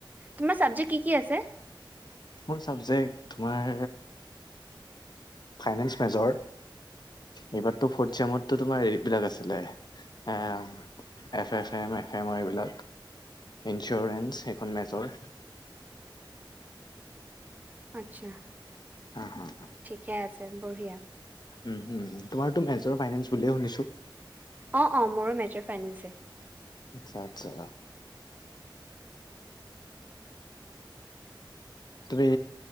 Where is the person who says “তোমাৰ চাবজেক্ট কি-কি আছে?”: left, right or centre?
Right